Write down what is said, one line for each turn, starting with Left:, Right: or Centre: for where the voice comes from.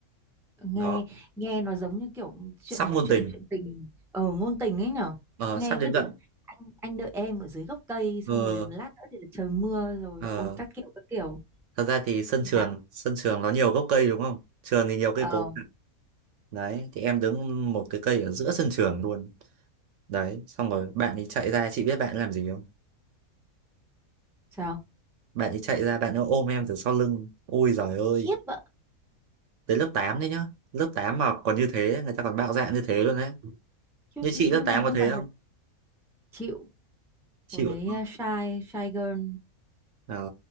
Centre: nghe
Right: Đó,
Centre: nghe nó giống như kiểu chuyện
Right: sắp ngôn
Centre: chuyện
Right: tình,
Centre: chuyện tình ở ngôn tình ấy nhở
Right: ờ,
Centre: nghe
Right: sắp đến
Centre: cứ đứng
Right: đoạn.
Centre: anh anh đợi em ở dưới gốc cây xong
Right: Ờ,
Centre: rồi lát nữa thì là trời mưa rồi
Right: ờ.
Centre: ôi các kiểu các kiểu
Right: Thật ra thì sân trường,
Centre: sao
Right: sân trường nó nhiều gốc cây đúng không? Trường thì nhiều cây
Centre: ờ
Right: cối. Đấy, thì em đứng một cái cây ở giữa sân trường luôn. Đấy, xong rồi bạn ấy chạy ra, chị biết bạn ấy làm gì không?
Centre: sao
Right: Bạn ấy chạy ra, bạn ấy ôm em từ sau lưng. Ôi giời ơi
Centre: khiếp ạ
Right: Đến lớp 8 đấy nhá. Lớp 8 mà còn như thế, người ta còn bạo dạn như thế luôn đấy.
Centre: khiếp
Right: Như
Centre: nhưng
Right: chị lớp 8
Centre: mà nhưng
Right: có thế
Centre: mà
Right: không?
Centre: thật chịu
Right: Chịu
Centre: hồi đấy
Right: đúng không?
Centre: à, shy shy girl
Right: Ờ,